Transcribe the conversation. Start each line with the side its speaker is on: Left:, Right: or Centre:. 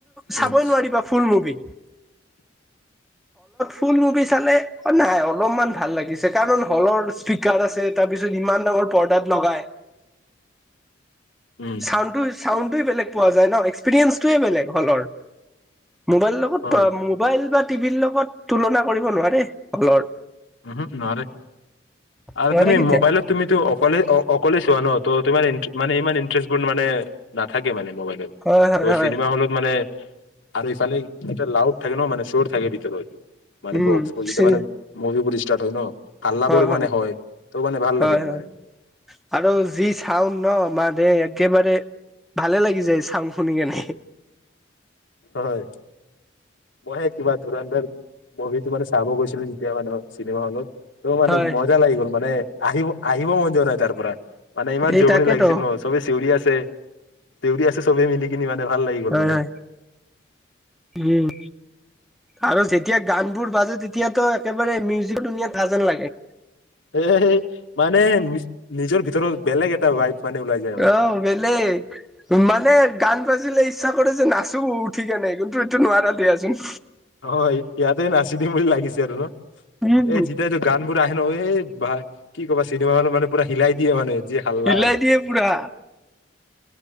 Centre: চাব
Left: উম
Centre: নোৱাৰা ফুল মুভি ফুল মুভি চালে নাই অলপমান ভাল লাগিছে কাৰণ হলৰ আছে তাৰ পিছত ইমান ডাঙৰ পৰ্দাত লগাই
Left: উম
Centre: চাড চাউড বেলেগ পোৱা যায় ন এক্সপিৰিয়েঞ্চটোৱে বেলেগ হলৰ মোবাইলৰ লগত
Left: হয়
Centre: মোবাইল বা টিভিৰ লগত তুলনা কৰিব নোৱাৰে হলৰ
Left: উম নোৱাৰে আৰু
Centre: নোৱাৰে
Left: তুমি
Centre: কেতিয়াও
Left: মোবাইলত তুমিতো অকলে অ অকলে চোৱা ন তো তোমাৰ মানে ই ইন্টাৰেছ বোৰ মানে নাথাকে মানে মোবাইলত
Centre: হয় হয়
Left: চিনেমা
Centre: হয়
Left: হলত মানে আৰু এইফালে লাউড থাকে ন মানে চৰ থাকেত মানে
Centre: উম
Left: বক্স বোৰ
Centre: চি
Left: মানে পুৰি ষ্টাৰট হয় ন হাল্লাবোৰ
Centre: হয় হয়
Left: মানে ত' মানে ভাল লাগে
Centre: হয়
Left: মানে
Centre: আৰু যি চাউড ন মান একেবাৰে ভালে লাগি যায় চাউ শুনি কিনাই
Left: হয় মইহে কিবা ধুৰন দৰ মুভি মানে চাব গৈছিলো যেতিয়া মানে চিনেমা হলত ত' মানে
Centre: হয়
Left: মজা লাগি গ'ল মানে আহিব আহিব মন যোৱা নাই তাৰ পৰা মানে ইমান
Centre: এই
Left: জোৰমণনি
Centre: তাকেতো
Left: লাগিছিল ন চবে চিউৰি আছে চিউৰি আছে চবে মিলি কিনি মানে ভাল লাগি গল
Centre: হয়
Left: মানে
Centre: হয় উম আৰু যেতিয়া গান বোৰ বাজে তেতিয়াতো একেবাৰে মিউজিক ধুনীয়া কাজল যেন লাগে
Left: এ মানে নিজৰ ভিতৰত বেলেগ এটা মানে ওলাই যায় মানে
Centre: আহ বেলেগ মানে গান বাজিলে ইচ্ছা কৰে যে নাচো উঠিকে নাই কিন্তু এইটো নোৱাৰা দিয়াচোন
Left: অ ইয়াতে নাচি দিম বুলি লাগিছে আৰু ন
Centre: উম
Left: এই যেতিয়া ইটো গান বোৰ পৰা আহে ন এ ভাই কি ক'বা চিনেমা হল মানে পুৰা হিলাই দিয়ে মানে যি হাল্লা
Centre: হিলাই দিয়ে পুৰা